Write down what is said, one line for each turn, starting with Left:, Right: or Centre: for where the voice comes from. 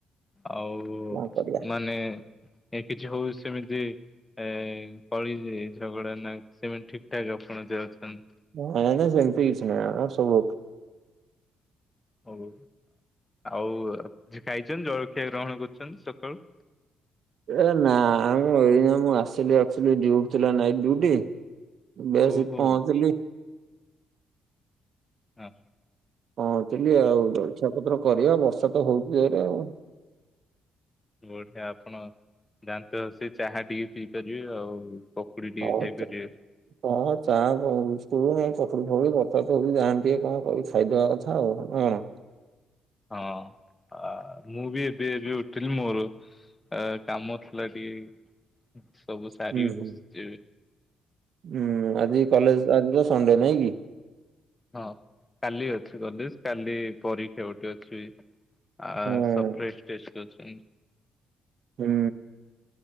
Left: ଆଉ
Right: କଣ କରିବା।
Left: ମାନେ ଏ କିଛି ହଉ ସେମିତି ଏ କଳି ଝଗଡ଼ା ନା ସେମାନେ ଠିକ ଠାକ ଆପଣ ଯାଉଛନ୍ତି
Right: ନାାଇଁ ନାାଇଁ ସେମିତି କିଛି ନାାଇଁ ଆ ସବୁ
Left: ଓଉ ଆଉ କି ଖାଇଛନ୍ତି ଜଳଖିଆ ଗ୍ରହଣ କରୁଛନ୍ତି ସକାଳୁ
Right: ଏ ନା ଆ ମୁଁ ଏଇନା ମୁଁ ଆସିଲି ଡ଼ିଉଟି ଥିଲା ନାଇଟ୍ ଡିଉଟି। ଏବେ ଆସି
Left: ଓହୋ।
Right: ପହଞ୍ଚଲିି
Left: ହଁ ହ
Right: ହଁ କି ଆଉ ଇଛା ପତ୍ର କରିବା ବର୍ଷା ତ ହଉଛି ଏରେ ଆଉ
Left: ବଢିଆ ଆପଣ ଯାନ୍ତେ ସେ ଚାହା ଟିକେ ପିଇ କରିବେ ଆଉ ପକୁଡି ଟିକେ
Right: ହଉ
Left: ଖାଇପାରିବେ
Right: ଚା ହଁ ଚା କ ବିକୁଲାଇଁ ପଖୁ ଫକୁ ବର୍ି ଯାନ୍ତି ଟିକେ କଣ କି ଖାଇଦବା କଥା ଆଉ କଣ
Left: ହଁ ଆ ମୁଁ ବି ଏବେ ଏବେ ଉଠିଲି ମୋର ଅ କାମ ଥିଲା ଟିକେ ସବୁ ସାରିକି
Right: ହୁଁ ହୁଁ।
Left: ବସିଛିିବେ
Right: ହୁଁ ଆଜି କଲେଜ ଆଜି ତ ସଣ୍ଡେ ନାଇଁ କି
Left: ହଁ କାଲି ଅଛି କାଲିଅଛି କଲେଜ କାଲି ପରୀ ସେଟେ ଅଛି ଆ
Right: ହଁ
Left: ସବ ଫ୍ର ଟେଛନ୍ତି
Right: ହୁଁ